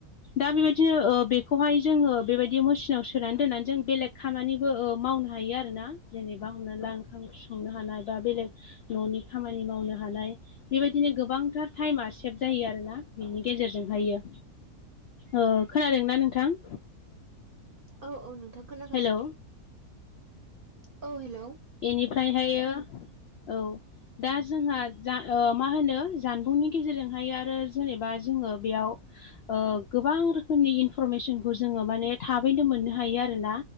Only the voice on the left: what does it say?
दा बेबायदिनो ओ बेखौहाय जोङो बेबायदि मेसिनाव सोनानै दोननानै जों बेलेग खामानिबो ओ मावनो हायो आरोना जेनेबा हमना ला ओंखाम संनो हानाय बा बेलेग न'नि खामानि मावनो हानाय बेबायदिनो गोबांथार टाइमा सेभ जायो आरोना बेनि गेजेरजोंहायो। ओ खोनादोंना नोंथां?
हेलौ
इनिफ्रायहायो
औ दा जोंहा जा ओ मा होनो जानबुंनि गेजेरजोंहाय आरो जेनेबा जोङो बेयाव ओ गोबां रोखोमनि इनफरमेसनखौ जोङो माने थाबैनो मोननो हायो आरोना